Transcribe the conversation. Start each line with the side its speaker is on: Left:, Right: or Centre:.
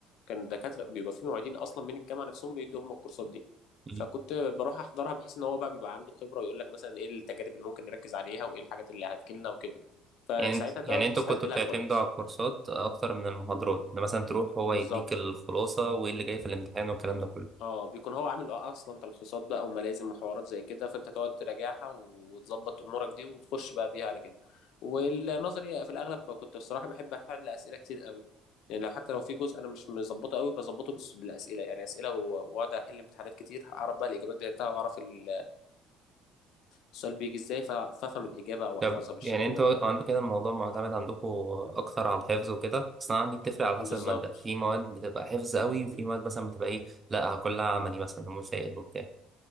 Left: كان الدكاتره بيبقى في معيدين اصلا من الجامعه نفسهم بيدوا هم الكورسات دي فكنت
Right: مم.
Left: بروح احضرها بحيث ان هو بقى بيبقى عنده خبره ويقول لك مثلا ايه التجارب اللي ممكن نركز عليها وايه الحاجات اللي هتجيلنا وكده فساعتها
Right: يعني انت
Left: تقعد
Right: يعني انتوا
Left: تستعد
Right: كنتوا
Left: لها
Right: بتعتمدوا
Left: كويس
Right: على الكورسات اكتر من المحاضرات ان مثلا تروح هو
Left: بالظبط
Right: يديك الخلاصه وايه اللي جاي في الامتحان والكلام ده كله
Left: اه بيكون هو عامل اصلا تلخيصات بقى وملازم وحوارات زي كده فانت تقعد تراجعها وتظبط امورك دي وتخش بقى بيها على كده والنظري في الاغلب كنت بصراحه بحب احل اسئله كتير قوي يعني لو حتى لو في جزء انا مش مظبطه قوي بظبطه بس بالاسئله يعني اسئله و- واقعد احل امتحانات كتير اعرف بقى الاجابات بتاعتها واعرف ال- السؤال بيجي ازاي ف- فافهم الاجابه او
Right: طب
Left: احفظها بالشكل
Right: يعني انتوا
Left: ده
Right: عندكم كده الموضوع معتمد عندكم اكتر على الحفظ وكده بس انا عندي بتفرق على حسب
Left: بالظبط
Right: الماده في مواد بتبقى حفظ قوي وفي مواد مثلا بتبقى ايه لا كلها عملي مثلا ومسائل وبتاع